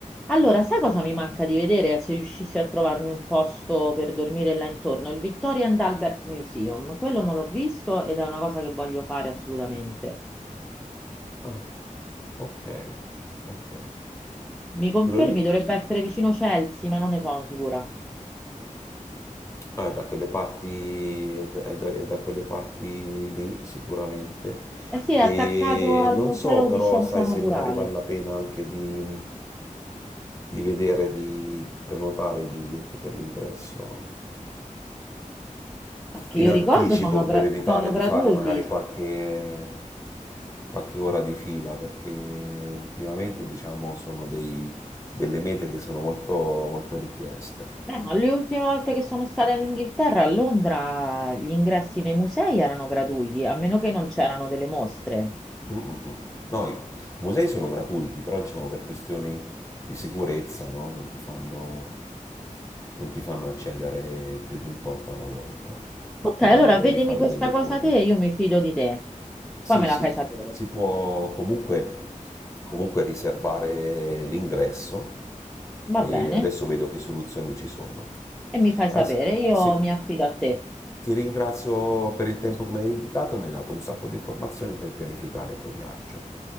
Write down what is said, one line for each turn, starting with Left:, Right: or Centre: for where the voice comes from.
Centre: allora, sai cosa mi manca di vedere? Se riuscissi a trovarmi un posto per dormire là intorno, il Victoria and Albert Museum. Quello non l'ho visto ed è una cosa che voglio fare assolutamente.
Left: Ah, ok, ok.
Centre: Mi confermi,
Left: Quello lì,
Centre: dovrebbe essere vicino Chelsea, ma non ne sono sicura.
Left: ah, da quelle parti, è da, è da- è da quelle parti lì sicuramente.
Centre: Eh sì,
Left: E
Centre: è attaccato al
Left: non
Centre: Museo
Left: so però,
Centre: di Scienza
Left: sai
Centre: Naturale.
Left: se magari vale la pena anche di, di vedere, di prenotare i biglietti per l'ingresso.
Centre: Che
Left: in
Centre: io
Left: anticipo
Centre: ricordo sono, gra-
Left: per evitare
Centre: sono gratuiti.
Left: di fare magari qualche, qualche ora di fila, perché ultimamente diciamo sono dei, delle mete che sono molto, molto richieste.
Centre: Beh, ma le ultime volte che sono stata in Inghilterra, a Londra, gli ingressi nei musei erano gratuiti, a meno che non c'erano delle mostre.
Left: Mm-mm. No, i musei sono gratuiti, però diciamo per questioni di sicurezza no? non, ti fanno, non ti fanno accedere più di un tot alla volta,
Centre: Ok,
Left: quindi
Centre: allora
Left: magari devi
Centre: vedimi
Left: fare
Centre: questa
Left: delle
Centre: cosa
Left: code.
Centre: te, io mi fido di te.
Left: Sì,
Centre: Poi me
Left: sì,
Centre: la fai sapere.
Left: si può comunque, comunque riservare l'ingresso e
Centre: Va bene?
Left: adesso vedo che soluzioni ci sono.
Centre: E mi fai
Left: Ah,
Centre: sapere,
Left: s-
Centre: io
Left: sì,
Centre: mi affido a te.
Left: ti ringrazio per il tempo che mi hai dedicato, mi hai dato un sacco di informazioni per pianificare il tuo viaggio.